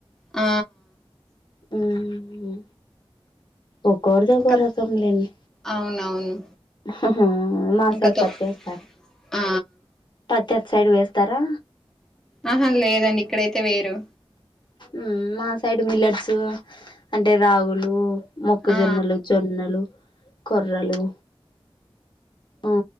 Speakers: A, in the centre; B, on the left (about 50°).
A: ఆ
B: ఉమ్ ఒక్కోరిది ఒక్కోరకం
A: ఇంకా
B: లేండి
A: అవునవును
B: ఆ మా
A: ఇంకా
B: సైడ్
A: తో
B: పత్తి ఏస్తారు
A: ఆ
B: పత్తి అటు సైడ్ వేస్తారా
A: ఆహా లేదండి ఇక్కడైతే వెయ్యరు
B: ఉమ్ మా సైడ్ మిల్లట్స్ అంటే రాగులు, మొక్కజొన్నలు,
A: ఆ
B: జొన్ న్నలు కొర్రలు ఆ